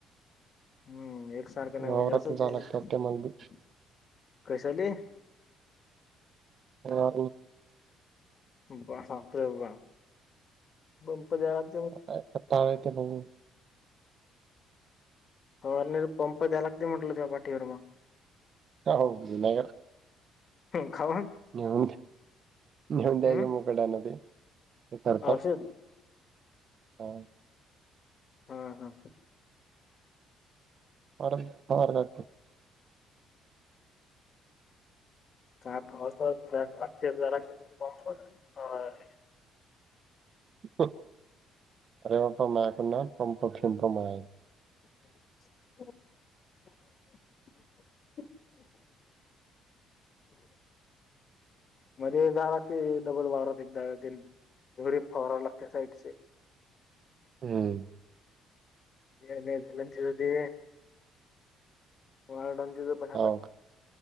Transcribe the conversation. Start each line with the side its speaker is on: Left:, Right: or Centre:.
Left: हम्म एकसारखं नाही
Right: वावरात
Left: पहिजे असंच
Right: जावं लागतं
Left: ते
Right: वाटते मला बी
Left: कशाले.
Right: हा.
Left: बा सांगतोय बा पंप द्याल.
Right: काय करता हे ते बघु.
Left: हो आणिर पंप द्या लागते म्हटलं तेव्हा पाठीवर मग.
Right: ह हो जुन घरात.
Left: हम्म खाऊन.
Right: नेऊन नेऊन द्यायचं
Left: हम्म
Right: मुकाट्याने न ते हे करता.
Left: औषध
Right: हा.
Left: हा हा.
Right: वरार जात.
Left: का पाऊस पडते ते हार.
Right: अरे बाप्पा माझ्याकडे ना पंप फिमप आहे
Left: <unintelligible> <inaudible> मध्ये जा लागते डबल वावरत एकदा झोरी फवारव लागते साईडचे.
Right: हम.
Left: <inaudible> मेल चल दे. ओरडतील भयानक,
Right: हो का